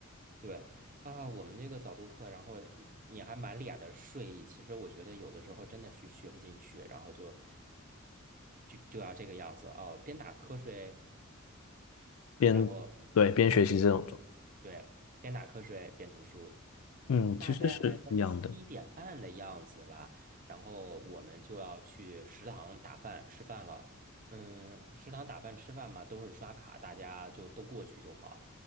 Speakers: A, on the right; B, on the left.
A: 对啊，我们这个早读课，然后你你还满脸的睡意，其实我觉得有的时候真的学学不进去，然后就就就要这个样子哦，边打瞌睡，
B: 边对边学习这种。
A: 然后边读书，对，边打瞌睡边读书。
B: 嗯，
A: 大概在七点半的样子吧，
B: 其实是一样的。
A: 然后我们就要去食堂打饭吃饭了。嗯，食堂打饭吃饭嘛，都是刷卡，大家就都过去就好。